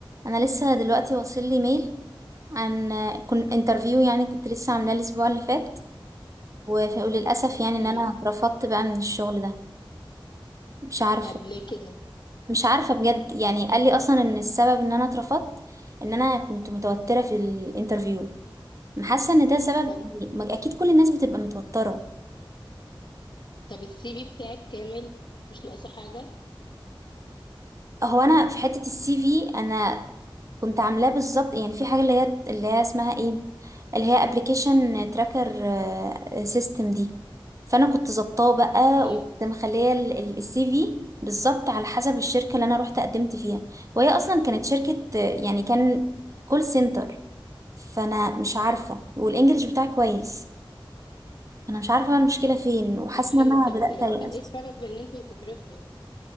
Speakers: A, on the right; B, on the left.
A: انا لسه دلوقتي واصل لي ميل عن كنت انترفيو يعني كنت لسه عاملاه الاسبوع اللي فات وف- وللاسف يعني ان
B: تمام
A: انا اترفضت بقى من الشغل ده مش عارفه
B: طب ليه كده
A: مش عارفه بجد يعني قال لي اصلا ان السبب ان انا اترفضت ان انا كنت متوتره في الانترفيو حاسه ان ده سبب
B: طب
A: يعني ما- اكيد كل الناس بتبقى متوتره
B: طب السي في بتاعك كامل مش ناقصه حاجه
A: هو انا في حته السي في انا كنت عاملاه بالظبط يعني في حاجة اللي هي اللي هي اسمها ايه اللي هي ابلكيشن تراكر سيستم دي فانا كنت ظبطاه بقى
B: اوكي
A: وكنت مخليه السي في بالظبط على حسب الشركة اللي انا رحت قدمت فيها وهي اصلا كانت شركة آه، يعني كان كول سنتر فانا مش عارفة والانجليش بتاعي كويس انا مش عارفة بقى المشكلة فين وحاسة
B: طب حلو
A: ان انا
B: طب
A: بدأت
B: إيه
A: ايأس
B: طب ايه السبب ان انت تترفضي